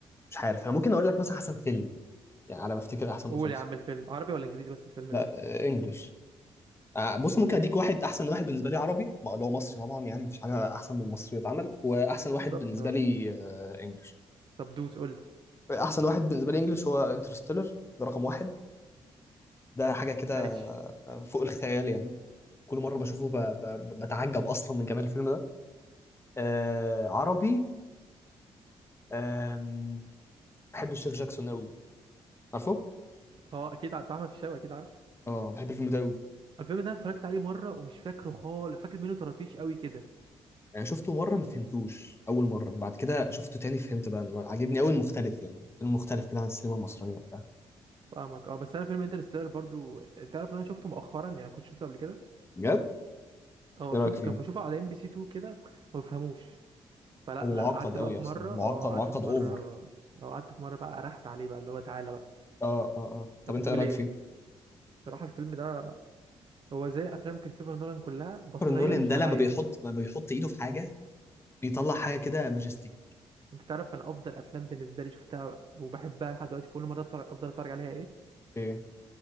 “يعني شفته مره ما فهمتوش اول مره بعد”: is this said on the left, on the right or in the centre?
Left